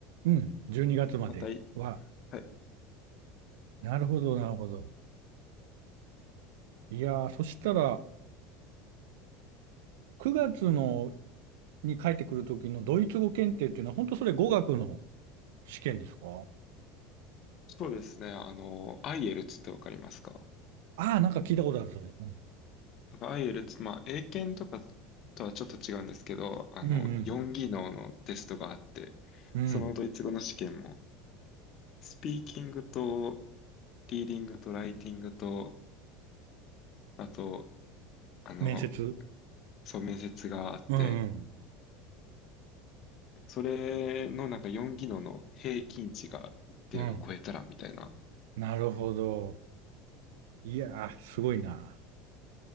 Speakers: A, on the right; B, on the left.
A: うん、12月までは。
B: またい、はい。
A: なるほど、なるほど。いやー、そしたら9月のに帰ってくる時のドイツ語検定っていうのは本当それ語学の試験ですか
B: そうですね。あの、アイエルツってわかりますか
A: ああー、なんか聞いたことある、それ。うん
B: なんかアイエルツ、まあ、英検とかとはちょっと違うんですけど、あの、
A: うん。
B: 4技能のテストがあって、
A: うん。
B: そのドイツ語の試験も、スピーキングと、リーディングと、ライティングと、あと、あの、
A: 面接。
B: そう、面接があって、
A: うんうん。
B: それのなんか4技能の平均値が一定を超えたら、
A: うん。
B: みたいな。
A: なるほど。いやー、すごいな。